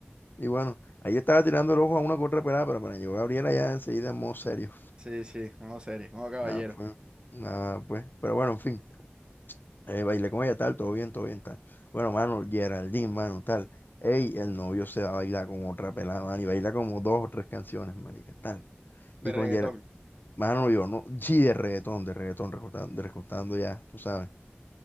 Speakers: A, on the left; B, on the right.
A: Y bueno, ahí estaba tirando el ojo a una que otra pelada, pero para llegó Gabriela ya enseguida en modo serio.
B: sí, sí, modo serio, modo caballero.
A: ah pues, nada, pues. Pero bueno, en fin, eh, bailé con ella tal, todo bien, todo bien, tal. Bueno, mano, Geraldine, mano, tal. Ey, el novio se va a bailar con otra pelada, mano, y baila como dos o tres canciones, marica, tal.
B: De
A: Y
B: reggaetón.
A: con Geraldine, mano, yo no, sí, de reggaetón, de reggaetón, recortando, recortando ya, tú sabes.